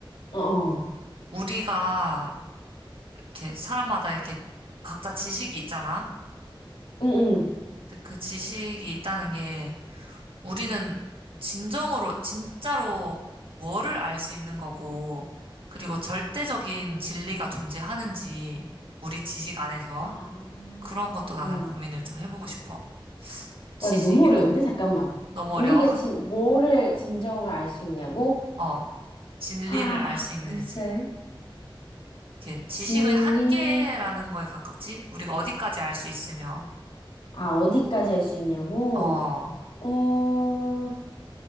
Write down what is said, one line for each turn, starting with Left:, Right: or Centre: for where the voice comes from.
Left: 어, 어,
Right: 우리가 이렇게 사람마다 이렇게 각자 지식이 있잖아.
Left: 응, 응.
Right: 근데 그 지식이 있다는 게 우리는 진정으로, 진짜로 뭐를 알 수 있는 거고, 그리고 절대적인 진리가 존재하는지, 우리 지식 안에서
Left: 아,
Right: 그런 것도 나는
Left: 어.
Right: 고민을 좀 해보고 싶어. 지식이라는
Left: 와, 이게 너무 어려운데?
Right: 거.
Left: 잠깐만.
Right: 너무
Left: 우리가
Right: 어려워. <laughs>
Left: 진, 뭐를 진정으로 알 수 있냐고?
Right: 어, 진리를
Left: 아,
Right: 알 수
Left: 글쎄.
Right: 있는지. 이게 지식의
Left: 진리.
Right: 한계라는 거에 가깝지? 우리가 어디까지 알 수 있으며,
Left: 아, 어디까지 할 수 있냐고?
Right: 어,
Left: 어,